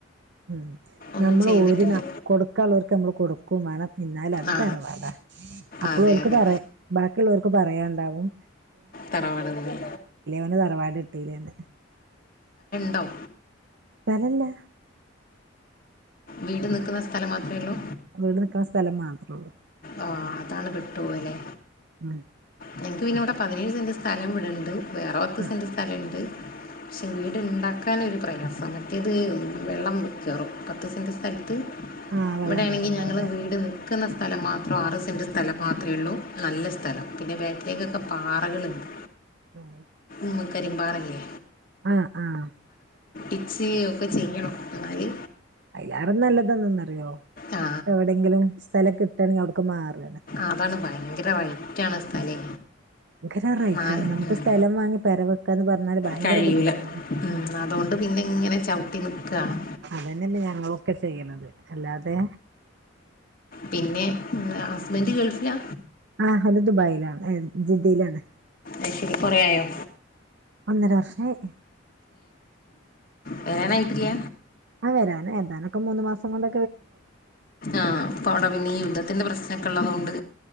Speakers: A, on the right; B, on the left.
A: ഉം
B: ഒന്നും
A: നമ്മള്
B: ചെയ്തിട്ടില്ല
A: ഒരു ന കൊടുക്കാള്ള വർക്ക് നമ്മള് കൊടുക്കും വേണം എന്നാല് അത്
B: ആ
A: തറവാടാ അപ്പോൾ
B: അതെ
A: ഓൽക്ക്
B: അതെ
A: പറ ബാക്കിയുള്ളവർക്ക് പറയാണ്ടാവും
B: തറവാടന്നെ
A: അന് തറവാട് എത്തീലെന്ന്
B: ത്തൗ
A: സ്ഥലല്ല
B: വീട് നിൽക്കുന്ന സ്ഥലം മാത്രമേ ഉള്ളൂ
A: വീട് നിക്കണ സ്ഥലം മാത്രേ ഉള്ളൂ
B: ആ അതാണ് പെട്ടുപോകല്ലേ
A: മ്
B: ഞങ്ങൾക്ക് പിന്നെ ഇവിടെ പതിനേഴ് സെന്റ്‌ സ്ഥലം ഇവിടെ ഉണ്ട് വേറെ പത്ത്
A: ആ
B: സെന്റ് സ്ഥല ഇണ്ട് പക്ഷെ വീടുണ്ടാക്കൻ ഒരു പ്രയാസം മറ്റേത് വെള്ളം കേറും പത്ത് സെന്റ് സ്ഥലത്ത്
A: ആ വെള്ളം
B: ഇവിടെയാണെങ്കിൽ
A: കേറുണ്ടാവൂല്ലേ
B: ഞങ്ങള് വീട് വെ വക്കുന്ന സ്ഥലം മാത്രം ആറ് സെന്റ് സ്ഥലം മാത്രമേ ഉള്ളൂ നല്ല സ്ഥലം പിന്നെ ബേക്കിലേക്കൊക്കെ പാറകളുണ്ട്
A: <unintelligible>
B: നമ്മ കരിമ്പാറയില്ലേ
A: ആ ആ
B: ഇച്ച് ഒക്കെ ചെയ്യണം എന്നാല്
A: അയിലാറും നല്ലതന്നന്ന് അറിയോ
B: ആ
A: എവിടെയങ്കിലും സ്ഥലം കിട്ടണെ അവിടക്ക് മാറുവാണ്
B: അതാണ് ഭയങ്കര റേറ്റാണേ സ്ഥലേ
A: ഭയങ്കര റൈറ്റ്
B: നാല്
A: ആണ് നമുക്ക്
B: ഉം.
A: സ്ഥലം വാങ്ങി പെരവെക്കാന്ന് പറഞ്ഞാല് ഭയങ്കര
B: കഴിയൂല
A: ബുദ്ധിമുട്ടണ്ട്
B: ഉം അതുകൊണ്ട് പിന്നെ ഇങ്ങനെ ചവിട്ടി നിക്കാണ്
A: അതന്നല്ലേ ഞങ്ങളൊക്കെ ചെയ്യണത് അല്ലാതെ
B: പിന്നെ ഹസ്ബൻഡ് ഗൾഫിലാ
A: ആ ഹലോ ദുബായിലാണ്ഏ ജിദ്ദയിലാണ്.
B: അ ശരി കുറയയോ.
A: ഒന്നര വർഷമായി.
B: വരാനായിട്ടില്ല
A: ആ വരാണ് എന്താലൊക്കെ മൂന്ന് മാസം കൊണ്ട
B: ആഅപ്പ അവിടെ പിന്നെ യുദ്ധത്തിന്റെ പ്രസ്നക്കെ ഉള്ളതോണ്ട്.